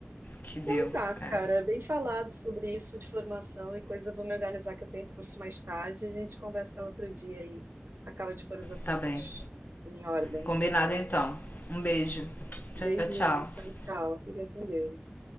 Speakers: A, on the left (about 45°); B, on the right (about 60°).
A: que deu.
B: Então Tá, cara,
A: É,
B: bem falado sobre isso de formação e coisa. Eu vou me organizar que eu tenho curso mais tarde. A gente conversa outro dia aí. Acaba de pôr os assuntos
A: tá bem.
B: em ordem.
A: Combinado então. Um beijo.
B: Beijinho,
A: Tchau, tchau.
B: tchau, tchau. Fica com Deus.